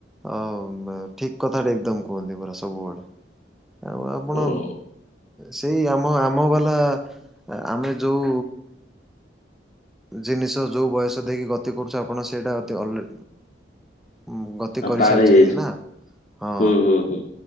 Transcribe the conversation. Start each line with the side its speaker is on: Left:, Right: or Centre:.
Centre: ଆଉ ମା ଠିକ୍ କଥାଟେ ଏକଦମ୍ କୁହନ୍ତି ପୁରା ସବୁବେଳେ। ଆଉ ଆପଣ
Left: ହୁଁ
Centre: ସେଇ ଆମ ଆମ ବାଲା ଆମେ ଯୋଉ ଜିନିଷ ଯୋଉ ବୟସ ଦେଇକି ଗତି କରୁଚୁ ଆପଣ ସେଇଟା ଅତି ଅଲରେ ଅ ଗ ତି
Left: ଆଉ
Centre: କରିସାରିଛନ୍ତି
Left: ପାର ହେଇଯାଇଛି
Centre: ନା ହଁ।
Left: ହୁଁ ହୁଁ ହୁଁ